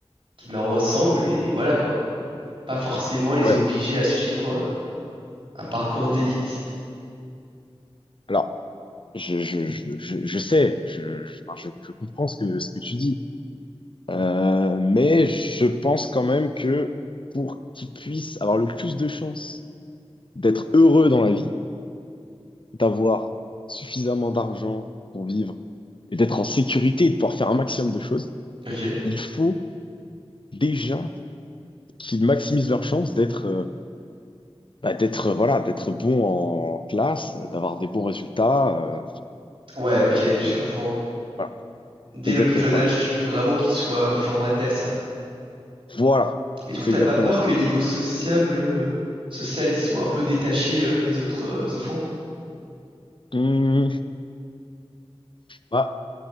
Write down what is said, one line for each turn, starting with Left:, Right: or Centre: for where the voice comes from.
Right: qui leur ressemblent et voilà quoi. pas forcément les
Left: Ouais.
Right: obliger à suivre euh, un parcours d'élite.
Left: Alors. Je, je, je, je, je sais, je, je, enfin, je- je comprends ce que, ce que tu dis, Euh, mais je pense quand même que pour qu'ils puissent avoir le plus de chances d'être heureux dans la vie, d'avoir suffisamment d'argent pour vivre et d'être en sécurité et de pouvoir faire un maximum de choses,
Right: Ok.
Left: il faut déjà qu'ils maximisent leurs chances d'être euh, bah, d'être euh, voilà, d'être bons en classe, euh, d'avoir des bons résultats, euh,
Right: Ouais, ok,
Left: et,
Right: je
Left: et-
Right: comprends.
Left: voilà,
Right: Dès
Left: exactement,
Right: le plus jeune
Left: voilà.
Right: âge, tu veux vraiment qu'ils soient formatés à ça.
Left: Voilà,
Right: Mais du coup,
Left: c'est
Right: t'as
Left: exactement
Right: pas peur
Left: ça.
Right: que niveau sociable, euh, social, ils soient un peu détachés euh, des autres euh, enfants?
Left: Hmm, bah,